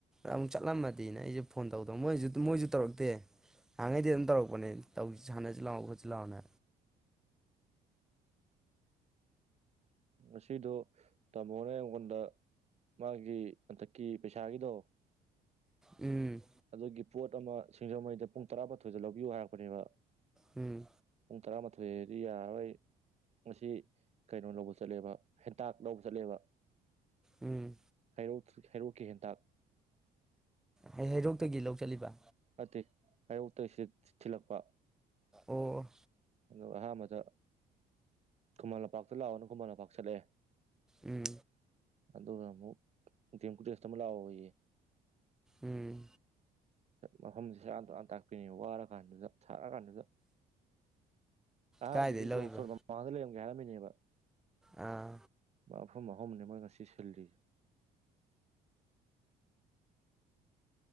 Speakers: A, in the centre; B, on the right.
A: ꯑꯃꯨꯛ ꯆꯠꯂꯝꯃꯗꯤꯅ ꯑꯩꯖꯨ ꯐꯣꯟ ꯇꯧꯗꯕ ꯃꯣꯏꯁꯨ ꯃꯣꯏꯁꯨ ꯇꯧꯔꯛꯇꯦ ꯅꯍꯥꯟꯉꯩꯗꯤ ꯑꯗꯨꯝ ꯇꯧꯔꯛꯄꯅꯦ ꯇꯧꯁꯤ ꯁꯥꯟꯅꯁꯤ ꯂꯥꯛꯑꯣ ꯈꯣꯠꯁꯤ ꯂꯥꯛꯑꯣꯅ
B: ꯉꯁꯤꯗꯣ ꯇꯥꯃꯣꯅ ꯑꯩꯉꯣꯟꯗ ꯃꯥꯒꯤ ꯍꯟꯗꯛꯀꯤ ꯄꯩꯁꯥꯒꯤꯗꯣ
A: ꯎꯝ
B: ꯑꯗꯨꯒꯤ ꯄꯣꯠ ꯑꯃ ꯁꯤꯡꯖꯃꯩꯗ ꯄꯨꯡ ꯇꯔꯥꯃꯥꯊꯣꯏꯗ ꯂꯧꯕꯤꯌꯨ ꯍꯥꯏꯔꯛꯄꯅꯦꯕ
A: ꯎꯝ
B: ꯄꯨꯡ ꯇꯔꯥꯃꯥꯊꯣꯏꯗꯤ ꯌꯥꯔꯔꯣꯏ ꯃꯁꯤ ꯀꯩꯅꯣ ꯂꯧꯕ ꯆꯠꯂꯦꯕ ꯍꯦꯟꯇꯥꯛ ꯂꯧꯕ ꯆꯠꯂꯦꯕ
A: ꯎꯝ
B: ꯍꯩꯔꯧ ꯍꯩꯔꯣꯛꯀꯤ ꯍꯦꯟꯇꯥꯛ
A: ꯍꯩ ꯍꯩꯔꯣꯛꯇꯒꯤ
B: ꯍ
A: ꯂꯧ ꯆꯠꯂꯤꯕ
B: ꯑꯗꯨ ꯑꯌꯨꯛꯇ ꯊꯤꯜꯂꯛꯄ
A: ꯑꯣ
B: ꯑ ꯑꯍꯥꯟꯕꯗ ꯈꯨꯃꯟ ꯂꯝꯄꯥꯛꯇ ꯂꯥꯛꯑꯣꯅ ꯈꯨꯃꯟ ꯂꯝꯄꯥꯛ ꯆꯠꯂꯛꯑꯦ
A: ꯎꯝ
B: ꯑꯗꯨꯒ ꯑꯃꯨꯛ ꯇꯦꯝꯀꯗꯤꯁꯇ <unintelligible> ꯑꯃ ꯂꯥꯎꯑꯣꯌꯦ
A: ꯎꯝ
B: ꯃꯐꯝꯁ ꯁꯥꯟ ꯇꯥꯛꯄꯤꯅꯤ ꯋꯥꯔ ꯀꯥꯟꯗꯨꯗ ꯁꯥꯔ ꯀꯥꯟꯗꯨꯗ ꯑꯗꯤ
A: ꯀꯥꯏꯗꯩ ꯂꯧꯔꯤꯕ
B: ꯖꯣꯟꯁꯣꯔꯔ ꯃ ꯃꯥ ꯑꯗꯨꯂ ꯌꯥꯔꯝꯃꯅꯤꯕ
A: ꯑꯥ
B: ꯃꯥꯐꯝ ꯑꯍꯨꯝꯅꯦ ꯃꯣꯏ ꯉꯁꯤ ꯁꯜꯂꯤꯁ‌ꯦ